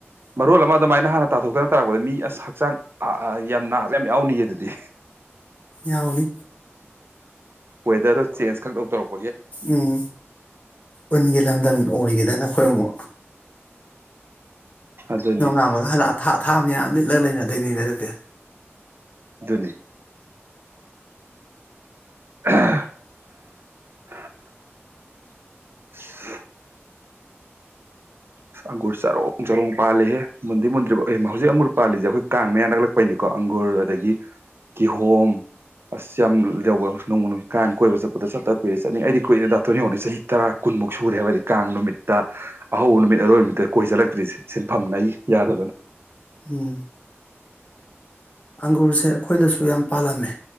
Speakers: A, on the right; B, on the left.
A: ꯃꯔꯣꯜ ꯑꯃ ꯑꯗꯨꯃꯥꯏꯅ ꯍꯥꯟꯅ ꯇꯥꯊꯣꯛꯇꯅ ꯇꯥꯔꯛꯄꯗ ꯃꯤ ꯑ ꯍꯛꯆꯥꯡ ꯌꯥꯝ ꯅꯥꯕ ꯌꯥꯝ ꯌꯥꯎꯅꯤꯌꯦ ꯑꯗꯨꯗꯤ
B: ꯌꯥꯎꯅꯤ
A: ꯋꯦꯗꯔ꯫ ꯆꯦꯟꯖ ꯈ ꯇꯧꯔꯛ
B: ꯎꯝ ꯎꯟꯟꯒ ꯂꯗ ꯑꯣꯜꯒꯗꯅ ꯍꯃꯣ
A: ꯑꯗꯨꯅꯤ
B: ꯅꯣꯡꯉꯥꯝꯃꯒ ꯍꯥꯟꯅ ꯑꯊꯥ ꯊꯥ ꯃꯌꯥꯝ ꯂꯤꯠꯂꯒ ꯂꯩꯅꯗꯣꯏꯅꯤꯅꯦ ꯑꯗꯨꯗꯤ
A: ꯅꯤ <inaudible> <inaudible> ꯑꯁ ꯑꯪꯒꯨꯔ ꯆꯔꯣꯡ ꯆꯔꯣꯡ ꯄꯥꯜꯂꯤꯍꯦ ꯃꯨꯟꯗꯤ ꯃꯨꯗ꯭ꯔꯤꯕ ꯍꯧꯖꯤꯛ ꯑꯪꯒꯨꯔ ꯄꯥꯜꯂꯤꯁꯦ ꯑꯩꯈꯣꯏ ꯀꯥꯡ ꯃꯌꯥ ꯅꯛꯂꯛꯄꯩꯅꯤꯀꯣ ꯑꯪꯒꯨꯔ ꯑꯗꯒꯤ ꯀꯤꯍꯣꯝ ꯑꯁ ꯌꯥꯝ ꯌꯋ ꯅꯣꯡꯃ ꯀꯥꯡ ꯀꯣꯏꯕ ꯆꯠꯄꯗ ꯆꯠꯇ ꯀꯨꯏꯔꯩ ꯆꯠꯅꯤꯡꯉ ꯑꯩꯗꯤ ꯀꯨꯏꯦ ꯥꯊꯣꯏꯅꯤꯅꯤ ꯆꯍꯤ ꯇꯔꯥ ꯀꯨꯟꯃꯨꯛ ꯁꯨꯔꯦ ꯍꯥꯏꯕꯗꯤ ꯀꯥꯡ ꯅꯨꯃꯤꯠꯇ ꯑꯍꯧꯕ ꯅꯨꯃꯤꯠ ꯑꯔꯣꯏꯕ ꯅꯨꯃꯤꯠꯇ ꯀꯣꯏ ꯆꯠꯂꯛꯇ꯭ꯔꯤꯁꯦ ꯁꯤꯟꯐꯝꯅ ꯑꯩ ꯌꯥꯗꯗꯅ
B: ꯎꯝ ꯑꯪꯒꯨꯔꯁꯦ ꯑꯩꯈꯣꯏꯗꯁꯨ ꯌꯥꯝ ꯄꯥꯜꯂꯝꯃꯦ